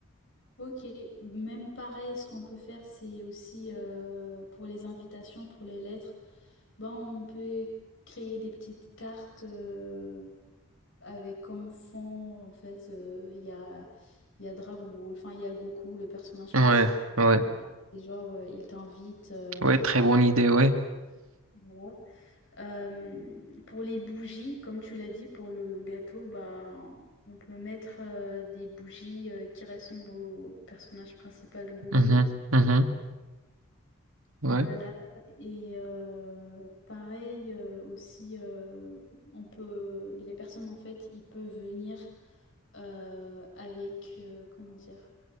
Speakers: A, on the left (about 55°); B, on the right (about 70°).
A: ok. Même pareil, ce qu'on peut faire, c'est aussi euh, pour les invitations, pour les lettres, ben, on peut créer des petites cartes euh, avec comme fond, en fait, euh, il y a, il y a Dragon Ball, enfin, il y a Goku, le personnage
B: Ouais,
A: principal.
B: ouais,
A: Il y a- Genre, euh, il t'invite. euh,
B: ouais, très bonne idée, ouais.
A: voilà. Euh, pour les bougies, comme tu l'as dit, pour le gâteau, bah, on peut mettre euh, des bougies euh, qui ressemblent au personnage principal Goku.
B: Mhm, mhm,
A: Voilà,
B: ouais.
A: et euh, pareil euh, aussi, euh, on peut, les personnes en fait, ils peuvent venir euh, avec, euh, comment dire,